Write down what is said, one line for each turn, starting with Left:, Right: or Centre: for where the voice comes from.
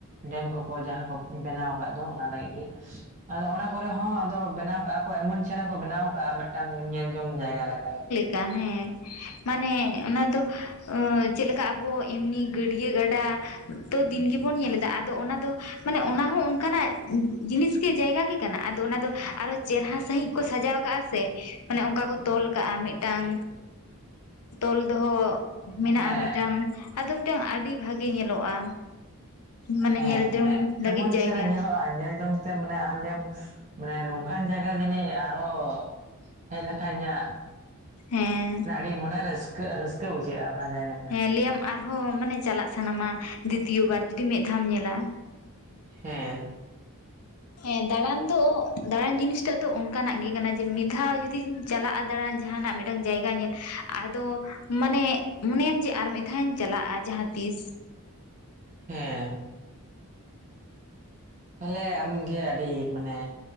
Right: ᱰᱮᱢ ᱠᱚᱠᱚ ᱡᱟᱦᱟᱸ ᱠᱚ ᱵᱮᱱᱟᱣ ᱟᱠᱟᱫ ᱫᱚ ᱚᱱᱟ ᱞᱟᱹᱜᱤᱫ ᱜᱮ ᱟᱫᱚ ᱚᱱᱟ ᱠᱚᱨᱮ ᱦᱚᱸ ᱟᱫᱚ ᱵᱮᱱᱟᱣ ᱠᱟᱜᱼᱟ ᱠᱚ ᱮᱢᱚᱱ ᱪᱮᱦᱨᱟ ᱠᱚ ᱵᱮᱱᱟᱣ ᱠᱟᱜᱼᱟ ᱢᱤᱫᱴᱟᱝ ᱧᱮᱞ ᱡᱚᱝ ᱡᱟᱭᱜᱟ ᱞᱮᱠᱟᱜᱮ
Left: ᱠᱟ ᱦᱮᱸ ᱢᱟᱱᱮ ᱚᱱᱟ ᱫᱚ ᱪᱮᱫ ᱞᱮᱠᱟ ᱟᱵᱚ ᱮᱢᱱᱤ ᱜᱟᱹᱰᱭᱟᱹ ᱜᱟᱰ ᱰᱟ ᱛᱚ ᱫᱤᱱ ᱜᱮᱵᱚᱱ ᱧᱮᱞ ᱮᱫᱟ ᱟᱫᱚ ᱚᱱᱟ ᱫᱚ ᱢᱟᱱᱮ ᱚᱱᱟ ᱦᱚᱸ ᱚᱱᱠᱟᱱᱟᱜ ᱡᱤᱱᱤᱥᱜᱮ ᱡᱟᱭᱜᱟ ᱜᱮ ᱠᱟᱱᱟ ᱟᱫᱚ ᱚᱱᱟ ᱫᱚ ᱟᱨᱚ ᱪᱮᱨᱦᱟ ᱥᱟᱺᱦᱤᱡ ᱠᱚ ᱥᱟᱡᱟᱣ ᱠᱟᱜᱼᱟ ᱥᱮ ᱢᱟᱱᱮ ᱚᱱᱠᱟ ᱠᱚ ᱛᱚᱞ ᱠᱟᱜᱼᱟ ᱢᱤᱫᱴᱟᱝ ᱛᱚᱞ ᱫᱚᱦᱚ ᱢᱮᱱᱟᱜᱼᱟ
Right: ᱦᱮᱸ
Left: ᱢᱤᱫᱴᱟᱝ ᱟᱫᱚ ᱢᱤᱫᱴᱟᱝ ᱟᱹᱰᱤ ᱵᱷᱟᱜᱮ ᱧᱮᱞᱚᱜᱼᱟ᱾ ᱢᱟᱱᱮ
Right: ᱦᱮᱸ
Left: ᱧᱮᱞ ᱡᱚᱝ
Right: ᱢᱟᱱᱮ
Left: ᱞᱟᱹᱜᱤᱫ
Right: ᱮᱢᱚᱱ
Left: ᱡᱟᱭᱜᱟ
Right: ᱪᱮᱨᱦᱟ ᱧᱮᱞᱚᱜᱼᱟ ᱧᱮᱞ ᱡᱚᱝᱛᱮ ᱢᱟᱱᱮ ᱟᱢ ᱞᱟᱹᱭᱟᱢ ᱢᱟᱱᱮ ᱱᱚᱝᱠᱟᱱ ᱡᱟᱭᱜᱟ ᱫᱚ ᱡᱟᱹᱱᱤᱡ ᱟᱨᱚ ᱦᱮᱡ ᱞᱮᱠᱷᱟᱡ ᱤᱧᱟᱹᱜ
Left: ᱦᱮᱸ
Right: ᱢᱟᱱ ᱟᱹᱰᱤ ᱢᱚᱱᱮ ᱨᱟᱹᱥᱠᱟᱹ ᱨᱟᱹᱥᱠᱟᱹ ᱵᱩᱡᱷᱟᱹᱜᱼᱟ ᱚᱱᱟ ᱡᱟᱭᱜᱟ ᱧᱮᱞ
Left: ᱦᱮᱸ
Right: ᱞᱮᱠᱷᱟᱱ
Left: ᱞᱟᱹᱭᱟᱢ ᱟᱨᱦᱚᱸ ᱢᱟᱱᱮ ᱪᱟᱞᱟᱜ ᱥᱟᱱᱟᱢᱟ ᱫᱤᱛᱤᱭᱚ ᱵᱟᱨ ᱡᱩᱫᱤ ᱢᱤᱫ ᱫᱷᱟᱢ ᱧᱮᱞᱟ
Right: ᱦᱮᱸ
Left: ᱦᱮᱸ ᱫᱟᱬᱟᱱ ᱫᱚ ᱫᱟᱬᱟᱱ ᱡᱤᱱᱤᱥ ᱛᱮᱜ ᱫᱚ ᱚᱱᱠᱟᱱᱟᱜ ᱜᱮ ᱠᱟᱱᱟ ᱡᱮ ᱢᱤᱫ ᱫᱷᱟᱣ ᱡᱩᱫᱤᱢ ᱪᱟᱞᱟᱜᱼᱟ ᱫᱟᱬᱟᱱ ᱡᱟᱦᱟᱱᱟᱜ ᱢᱤᱫᱴᱟᱝ ᱡᱟᱭᱜᱟ ᱧᱮᱞ ᱟᱫᱚ ᱢᱟᱱᱮ ᱢᱚᱱᱮᱭᱟᱢ ᱡᱮ ᱟᱨ ᱢᱤᱫ ᱫᱷᱟᱣ ᱤᱧ ᱪᱟᱞᱟᱜᱼᱟ ᱡᱟᱦᱟᱸ ᱛᱤᱥ
Right: ᱦᱮᱸ ᱛᱟᱦᱚᱞᱮ ᱟᱢᱜᱮ ᱟᱹᱰᱤ ᱢᱟᱱᱮ